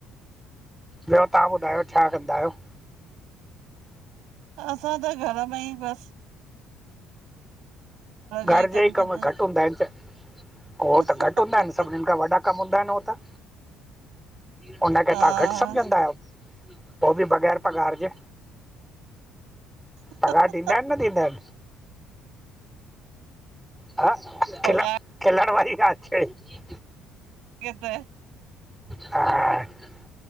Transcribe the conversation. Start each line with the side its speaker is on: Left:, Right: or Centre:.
Centre: ॿियो तव्हां ॿुधायो छा कंदा आहियो?
Right: असां त घर में ई बस जो
Centre: घर जे
Right: कमु
Centre: ई
Right: कंदा
Centre: कम घटि हूंदा आहिनि छा? हो
Right: आहियूं
Centre: त घटि हूंदा आहिनि? सभनिनि खां वॾा कमु हूंदा आहिनि हो त। हुन खे
Right: हा
Centre: तव्हां घटि सम्झंदा आहियो? पो बि बग़ैर पघार जे।
Right: हा
Centre: पघार ॾींदा आहिनि न ॾिंदा आहिन। ह खिलण,
Right: पघार
Centre: खिलण वारी ॻाल्ह चय।
Right: <unintelligible>
Centre: हा